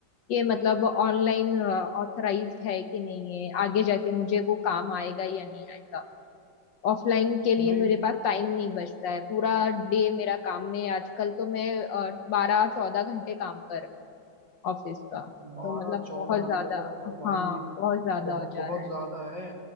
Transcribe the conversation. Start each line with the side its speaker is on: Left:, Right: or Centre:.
Left: कि मतलब ऑनलाइन ऑथराइज्ड है कि नहीं है आगे जाके मुझे वो काम आएगा या नहीं आएगा ऑफलाइन के लिए
Right: नहीं
Left: मेरे पास टाइम नहीं बचता है पूरा डे मेरा काम में आजकल तो मैं बारह चौदह घंटे काम कर रही हूँ ऑफिस का
Right: बारह
Left: तो मतलब
Right: चौदह
Left: बहुत ज्यादा
Right: घंटे तो भाई
Left: हाँ बहुत ज्यादा
Right: बहुत
Left: हो जा
Right: बहुत
Left: रहा है
Right: ज्यादा है